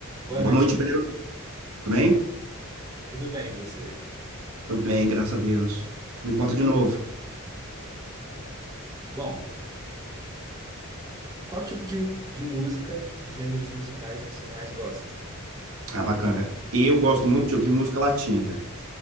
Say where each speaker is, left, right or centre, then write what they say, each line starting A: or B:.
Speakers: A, on the right; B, on the right.
A: Boa
B: Boa
A: noite,
B: noite, Breu. Tudo bem?
A: tudo bem, e você?
B: Tudo bem, graças a Deus. O Que me conta de novo.
A: Bom, qual tipo de, de música, de gêneros musicais você mais gosta?
B: Ah, bacana. Eu gosto muito de ouvir música latina.